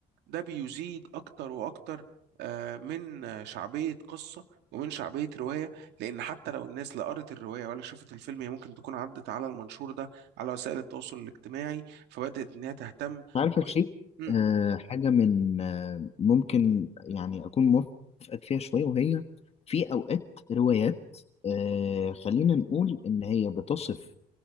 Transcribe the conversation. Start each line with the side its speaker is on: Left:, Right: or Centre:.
Right: ده بيزيد أكتر وأكتر آه، من آه، شعبية قصة ومن شعبية رواية لأن حتى لو الناس لا قرت الرواية ولا شافت الفيلم هي ممكن تكون عدت على المنشور ده على وسائل التواصل الاجتماعي فبدأت إنها تهتم
Left: عارف
Right: طب
Left: يا شيخ
Right: إيه- مم.
Left: آه، حاجة من آه، ممكن يعني أكون موافقك فيها شوية وهي في أوقات روايات آه، خلينا نقول إن هي بتصف